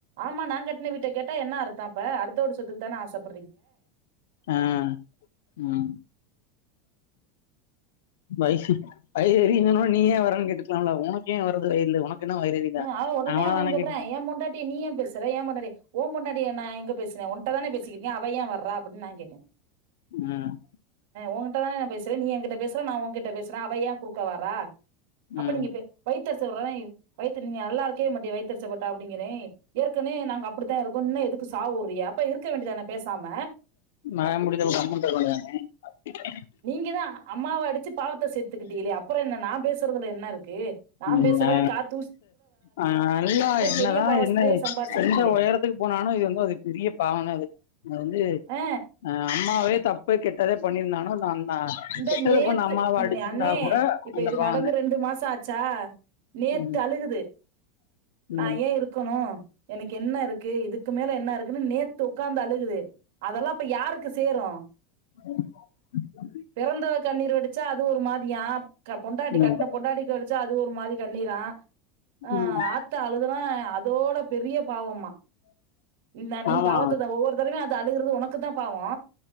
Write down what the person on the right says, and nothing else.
ஆமா நா கட் ட்டா என்னா அர்த்த இப்ப அடுத்த வூடு சொத்துகுதான ஆசைப்
உஹ் அவ உடனே
அவ
சொல்றே
ஏ பொண்டாட்டிய நீ ஏ பேசுற ஏ பொண்டாட்டி உ பொண்டாட் ட்டிய நா எங்க பேசினே உன்கிட்ட தானே பேசிக்கிட்ட அவ ஏ வர்ற அப்ப நா கேட்டே
உங்கிட்ட தான நா பேசுறே நீ என்கிட்ட பேசற நா உங்கிட்ட பேசறே அவ ஏ குறுக்க வாரா அப்ப
நீங்க வெ வைத்தெரிசவரய்ங்க நீங்க நல்லாயிருக்கமாட்டே வைத்தெரிச்சப்பட்ட அப்டிங்கிறே ஏற்கனவே நாங்க அப் ப்டித்தா இருக்கோ இன்னோ எதுக்கு சாபோ வுடுறீயா இருக்க வேண்டிதானே பேசாம
இங்கதா அம்மாவ அடிச்சு பாவத்தை சேத்த த்துகிட்டிட்டே அப் அப்பொற என்ன நா பேசுறதுல என்ன இருக்கு நா
பேசுறதா
காத்
பெரிய பாவத்தையே
சம்பாரிச்சுட்டீங்களே
ஆ
இந்த
நேத்து
நே- அண்ணே
இப்ப
இது
நடந்த ரெண்டு மாச ஆச்சா நேத்து
அழுகுது நா
ஏ இருக்கணு எனக்கு என்ன இருக்கு இதுக்கு மே என்ன இருக்குன்னு நேத்து ஒக்காந்து அழுகுது அதெல்லா இப்ப யாருக்கு சேரு
பிறந்தவ கண்ணீர் வெடிச்சா அ து ஒரு மாதிரியா பொண்டாட்டி
கட்டண பொண்டாடி வச்சா அது து ஒரு மாரி கண்ணீரா ஆ
ஆததா அழுகுரா அதோட பெரியப் பாவமா இந்தா நீ
பாவத்தா ஒவ்வொரு தரவ அழுகிறது உனக்கு தா பாவோ